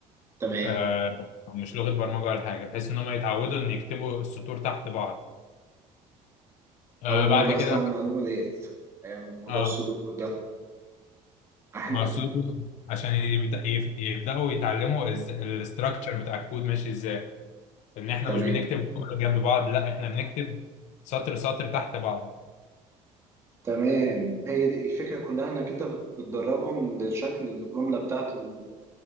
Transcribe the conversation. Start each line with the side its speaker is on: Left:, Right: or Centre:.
Right: تمام
Left: آه مش لغه برمجه ولا حاجه بحيث ان هم يتعودوا ان يكتبوا السطور تحت بعض آه
Right: أول
Left: بعد
Right: مرة
Left: كده
Right: أسمع المعلومة ديت آه، موضوع
Left: اه
Right: السودوكو ده احنا
Left: مقصوده عشان يبدا يف- يبداوا يتعلموا إز- الاستراكشر بتاع الكود ماشي ازاي ان احنا
Right: تمام
Left: مش بنكتب جمل جنب بعض لا احنا بنكتب سطر سطر تحت بعض
Right: تمام هي دي الفكرة كلها انك انت بت- بتدربهم لشكل الجملة بتاعت ال-